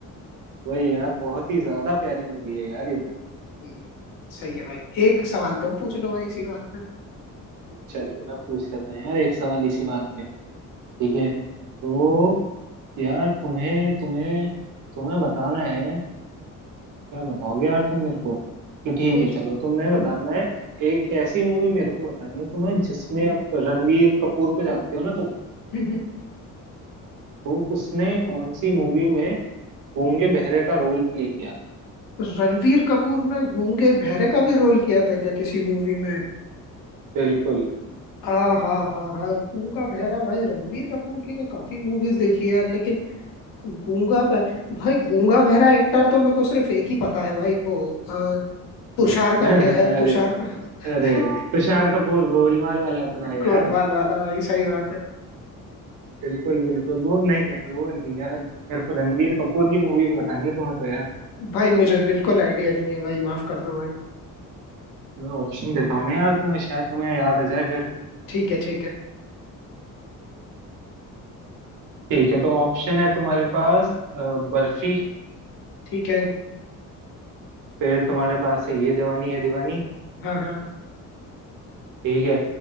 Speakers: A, on the right; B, on the left.
A: वही यार बहुत ही ज्यादा प्यारी मूवी है यार ये तो
B: हम्म, सही है भाई एक सवाल तुम पूछ लो भाई इसी बात पे
A: चलो मैं पूछ लेता हूँ यार एक सवाल इसी बात पे ठीक है तो यार तुम्हें तुम्हें तुम्हें बताना है क्या बताओगे यार तुम मेरे को कि ठीक
B: कुछ
A: है चलो तुम्हें बताना है एक ऐसी मूवी मेरे को बतानी है तुम्हें जिसमें आप रणवीर कपूर को जानते हो ना तुम
B: हम्म, हम्म।
A: तो उसने कौन सी मूवी में गूंगे बहरे का रोल प्ले किया था
B: रणवीर कपूर ने गूंगे बहरे का भी रोल किया था क्या किसी मूवी में
A: बिल्कुल <laughs>
B: आ हाँ हाँ हाँ गूंगा बहरा भाई रणवीर कपूर की तो काफी मूवीज देखी है लेकिन गूंगा भै भाई गूंगा बहरा एक्टर तो मेरे को सिर्फ एक ही पता है भाई वो अ, तुषार
A: अरे
B: करके है तुषार का
A: अरे
B: <laughs>
A: तुषार कपूर गोलमाल वाला अपना यार
B: गोलमाल वाला भाई सही बात है
A: बिल्कुल बिल्कुल वो नहीं यार वो नहीं यार मेरे को रणवीर कपूर की मूवी बतानी है तुम्हें तो
B: <laughs> भाई मुझे बिल्कुल आइडिया नहीं है भाई माफ कर दो भाई
A: मैं ऑप्शन देता हूँ ना यार तुम्हें शायद तुम्हें याद आ जाए फिर
B: ठीक है ठीक है
A: ठीक है तो ऑप्शन है तुम्हारे पास अ, बर्फी
B: ठीक है
A: फिर तुम्हारे पास है ये जवानी है दीवानी
B: हाँ हाँ
A: ठीक है